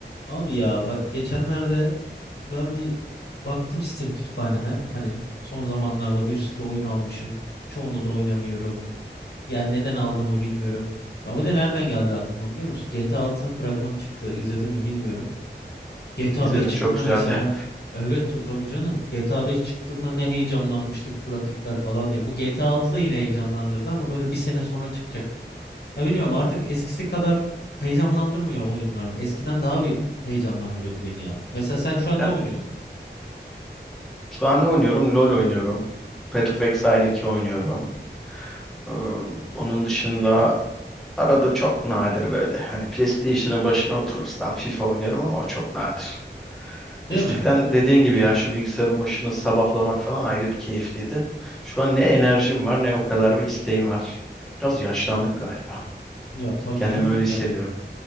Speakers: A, on the left; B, in the centre.
A: Abi ya bak geçenlerde ben bir baktım sistem kütüphaneme. Hani son zamanlarda bir sürü oyun almışım. Çoğunu da oynamıyorum. Yani neden aldığımı bilmiyorum. Ama de nereden geldi aklıma biliyor musun? GTA altının fragmanı çıktı. İzledin mi bilmiyorum. GTA
B: İzledim
A: 5 çıktığında
B: çok güzeldi.
A: mesela evet ta- tabii canım. GTA 5 çıktığında ne heyecanlanmıştık grafikler falan diye. Bu GTA 6 da yine heyecanlandırdı ama böyle bir sene sonra çıkacak. Ya bilmiyorum artık eskisi kadar heyecanlandırmıyor oyunlar. Eskiden daha bir heyecanlandırıyordu beni ya. Mesela sen şu an
B: Ya,
A: ne oynuyorsun?
B: Şu an ne oynuyorum? LoL oynuyorum. Path of Exile 2 oynuyorum. Ee, onun dışında arada çok nadir böyle hani PlayStation'ın başına oturursam FIFA oynuyorum ama o çok nadir.
A: Değil
B: Eskiden
A: mi? Değil
B: dediğin
A: mi?
B: gibi ya şu bilgisayarın başını sabahlamak falan ayrı bir keyifliydi. Şu an ne enerjim var ne o kadar bir isteğim var. Biraz yaşlandık galiba.
A: Ya tabii
B: Kendimi
A: canım.
B: öyle hissediyorum.
A: Yani